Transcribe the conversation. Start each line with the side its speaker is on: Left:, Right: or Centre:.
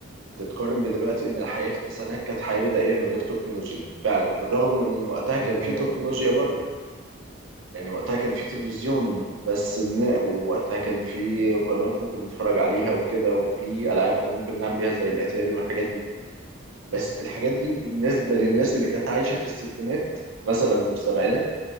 Right: تتقارن بدلوقتي ان الحياه في التسعينات كانت حياه بدائيه من غير تكنولوجيا فعلا بالرغم من ان وقتها كان
Left: ده
Right: في تكنولوجيا
Left: بجد
Right: برضه
Left: ايوه
Right: يعني وقتها كان في تلفزيون بس إن ووقتها كان في قنوات ممكن نتفرج عليها وكده وفي العاب ممكن نلعب بيها زي الاتاري والحاجات دي بس الحاجات دي بالنسبه للناس اللي كانت عايشه في الستينات مثلا والسبعينات